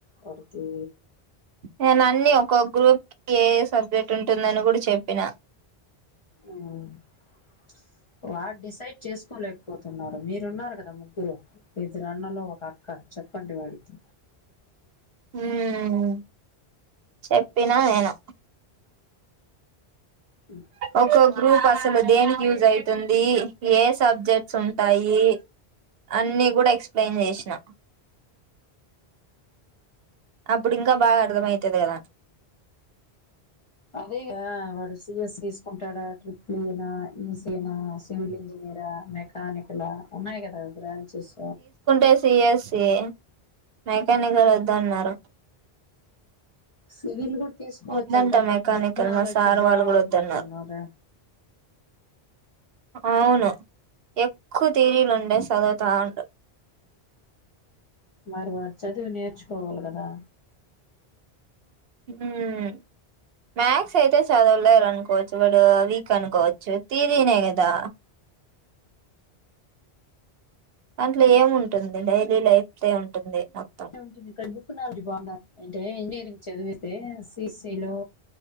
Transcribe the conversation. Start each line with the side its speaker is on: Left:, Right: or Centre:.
Left: వరికి
Right: నేను అన్ని ఒక గ్రూప్ కి ఏ ఏ సబ్జెక్ట్ ఉంటుందని కూడా చెప్పినా
Left: ఆ వాడ్ డిసైడ్ చేసుకోలేకపోతున్నారు మీరున్నారు కదా ముగ్గురు ఇద్దరు అన్నలు ఒక అక్క చెప్పండి వాడికి
Right: హ్మ్ చెప్పినా నేను
Left: హ్మ్
Right: ఒక గ్రూప్ అసలు దేనికి యూజ్ అవుతుంది ఏ సబ్జెక్ట్స్ ఉంటాయి అన్నీ కూడా ఎక్స్ప్లెయిన్ చేసినా అప్పుడు ఇంకా బాగా అర్థమయితది కదా అని
Left: అదే కదా వాడు సి యస్ తీసుకుంటాడా ట్రిప్లిన ఈ సీ ఈ నా సివిల్ ఇంజనీరా మెకానికల్ ఉన్నాయి కదా బ్రాంచెస్
Right: ఏ సి ఎ స్సి ఏ మెకానిక లు వద్దు అన్నారు
Left: సివిల్ కూడ్ తీసుకోవచ్చంట
Right: వద్దంట
Left: బట్
Right: మెకానికల్
Left: బుక్ నాలెడ్జ్
Right: మా సార్
Left: బాగుందంటున్నారే
Right: వాళ్ళు కూడా వద్దన్నారు అవును ఎక్కువ తీరీలు ఉండే చదువుతా ఉండు
Left: మరి వాడు చదివి నేర్చుకోవాలి కదా
Right: హ్మ్ మక్స్ అయితే చదవలేరు అనకూ కోవచ్చు వడు వీక్ అనుకోవచ్చు తీరినే కదా అంట్లో ఏముంటుంది డైలీ లైఫ్ తె ఉంటుంది మొత్తం
Left: ది <inaudible> బుక్ నాలెడ్జ్ బాగుండ <inaudible> లి అంటే ఇంజనీరింగ్ చదివితే సి సీ లో